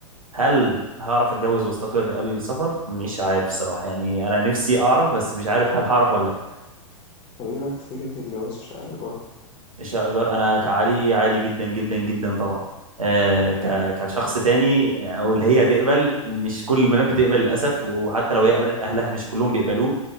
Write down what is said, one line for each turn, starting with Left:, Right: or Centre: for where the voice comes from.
Right: هل هعرف اتجوز واستقر قبل السفر مش عارف الصراحه يعني انا نفسي اعرف بس مش عارف هل هعرف ولا
Left: طب إيه رأيك في فكرة الجواز في شقة إيجار؟
Right: شجر انا كعلي عادي جدا جدا جدا طبعا آه ك كشخص تاني او اللي هي تقبل مش كل البنات بتقبل للاسف وحتى لو هي
Left: أيوه
Right: قابلت
Left: فعلًا،
Right: اهلها مش كلهم بيقبلوه